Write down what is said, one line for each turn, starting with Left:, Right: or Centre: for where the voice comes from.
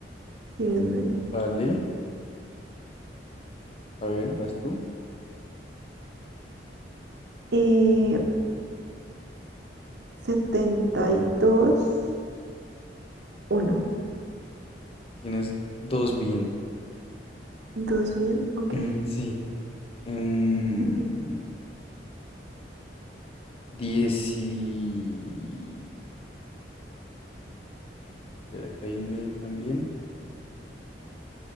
Right: Tienes un medio.
Left: Vale, a ver, vas tú.
Right: Eh, 72-1. ¿Dos uno.
Left: Tienes dos bien. <laughs>
Right: ¿Dos bien? Ok.
Left: Mm, Sí. Em,
Right: Ujú.
Left: 10 y... Espera, acá hay un medio también.